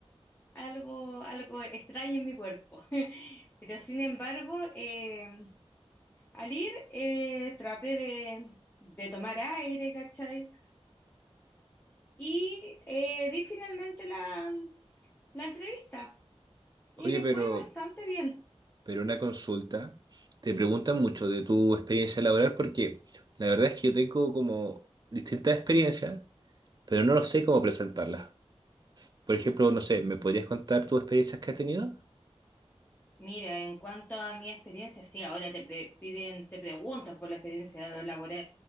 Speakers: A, on the left (about 20°); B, on the right (about 40°).
A: algo, algo extraño en mi cuerpo. <laughs> Pero sin embargo, eh, al ir eh, traté de, de tomar aire, ¿cachai? Y eh, di finalmente la, la entrevista y
B: Oye,
A: me
B: pero,
A: fue bastante bien.
B: pero una consulta, te preguntan mucho de tu experiencia laboral porque la verdad es que yo tengo como distintas experiencias, pero no lo sé cómo presentarlas. Por ejemplo, no sé, ¿me podrías contar tus experiencias que has tenido?
A: Mira, en cuanto a mi experiencia, sí, ahora te pre- piden, te preguntan por la experiencia laboral,